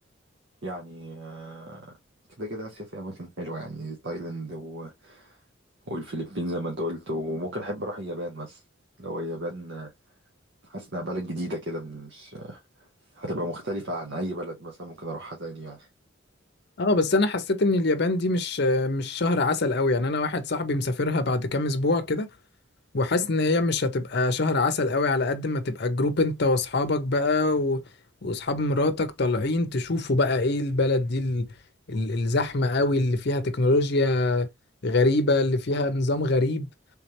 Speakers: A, on the right (about 60°); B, on the left (about 55°).
A: يعني آه، كده كده آسيا فيها أماكن حلوة يعني تايلاند و... والفلبين زي ما أنت قلت وممكن أحب أروح اليابان مثلا لو اليابان آه، حاسس إنها بلد جديدة كده مش هتبقى مختلفة عن أي بلد مثلا ممكن أروحها تاني يعني
B: اه بس انا حسيت ان اليابان دي مش آه، مش شهر عسل قوي يعني انا واحد صاحبي مسافرها بعد كام اسبوع كده وحاسس ان هي مش هتبقى شهر عسل قوي على قد ما تبقى جروب انت واصحابك بقى و... واصحاب مراتك طالعين تشوفوا بقى ايه البلد دي ال... ال- الزحمة قوي اللي فيها تكنولوجيا غريبة اللي فيها نظام غريب